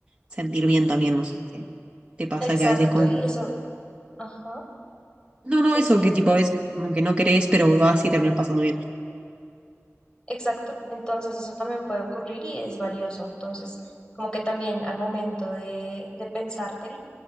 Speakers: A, on the right (about 20°); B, on the left (about 20°).
A: sentir bien también, no sé si te, te pasa
B: Exacto.
A: que a veces como...
B: Y eso, ajá,
A: No, no,
B: sí,
A: eso
B: sí,
A: que tipo a veces como que no querés, pero vas y terminas pasando bien.
B: exacto. Entonces eso también puede ocurrir y es valioso. Entonces, como que también al momento de, de pensártelo,